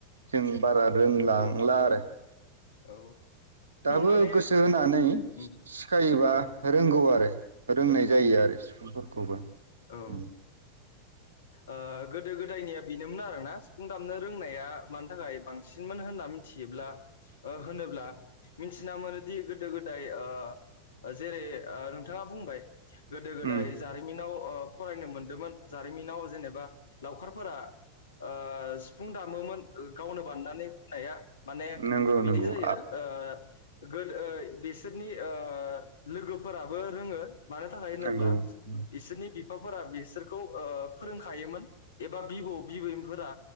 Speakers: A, on the right; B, on the left.
A: जों बारा रोंलांला
B: औ
A: आरो
B: औ
A: दाबो
B: माने
A: गोसो होनानै
B: उम
A: सिखायोबा
B: औ
A: रोंगौ आरो रों। जायो
B: औ
A: आरो सिफुं फोर खौबा
B: औ
A: उम
B: ओ गोदो गोदायनिया बेनोमोन आरोना सिफुं दामनो रोंनाया मानो थाखाय बांसिनमोन होनना मिथियोब्ला ओ होनोब्ला मिथिना मोनोदि गोदो गोदाय ओ जेरैओ। नोंथाङा बुंबाय गोदो गोदाय
A: उम
B: जारिमिनाव ओ फरायनो मोनदोंमोन जारिमिनाव जेनेबा लावखारफोराओ। सिफुं दामोमोन गावनो बाननानै नाया माने
A: नंगौ
B: बिदि
A: नंगौ
B: जायो
A: आ
B: ओ गोदो ओ। बेसोरनि ओ लोगोफोराबो रोङो मानो थाखाय होनोब्ला
A: नंगौ
B: इसोरनि बि फाफोरा बिसोर फोरोंखायोमोन। एबा बिबौ बिबैफोरा।